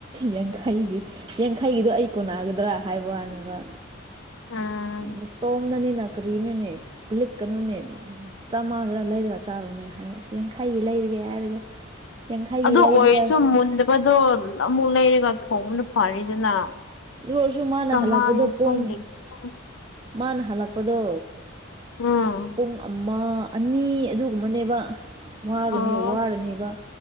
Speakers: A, on the right (about 25°); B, on the left (about 65°).
A: ꯌꯥꯡꯈꯩꯒꯤ ꯌꯥꯡꯈꯩꯒꯤꯗꯣ ꯑꯩ ꯀꯣꯟꯅꯒꯗ꯭ꯔꯥ ꯍꯥꯏꯕ ꯋꯥꯅꯦꯕ
B: ꯎꯝ
A: ꯅꯇꯣꯝꯗꯅꯤꯅ ꯀꯔꯤꯅꯣꯅꯦ ꯂꯤꯛꯀꯅꯨꯅꯦ ꯆꯥꯝꯃꯒꯤꯔ ꯂꯩꯔꯒ ꯆꯥꯔꯨꯅꯦ ꯍꯥꯏ ꯑꯁ ꯌꯥꯡꯈꯩꯒꯤ ꯂꯩꯔꯒꯦ ꯍꯥꯏꯔꯒ ꯌꯥꯡꯈꯩꯒꯤ
B: ꯑꯗꯨ
A: ꯂꯩꯕ꯭ꯔꯥ
B: ꯑꯣꯏꯔꯁꯨ ꯃꯨꯟꯗꯕꯗꯣ ꯑꯃꯨꯛ ꯂꯩꯔꯒ ꯊꯣꯡꯕꯅ ꯐꯔꯦꯗꯅ
A: ꯑꯗꯨ ꯑꯣꯏꯔꯁꯨ ꯃꯥꯅ
B: ꯆꯥꯝꯃꯉꯥ
A: ꯍꯜꯂꯛꯄꯗꯣ
B: ꯌꯥꯡꯈꯩꯅꯦ
A: ꯄꯨꯡ
B: ꯈꯤꯇꯪ
A: ꯃꯥꯅ ꯍꯜꯂꯛꯄꯗꯣ
B: ꯎꯝ
A: ꯄꯨꯡ ꯑꯃ ꯑꯅꯤ ꯑꯗꯨꯒꯨꯝꯕꯅꯦꯕ ꯋꯥꯒꯅꯤ
B: ꯑꯣ
A: ꯋꯥꯔꯅꯦꯕ